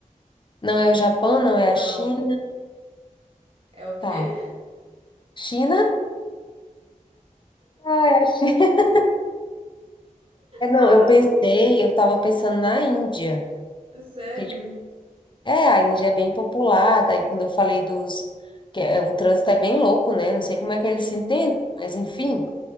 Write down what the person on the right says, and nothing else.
Não.
É o quê?
Ah,
mas
é sério?
Sim.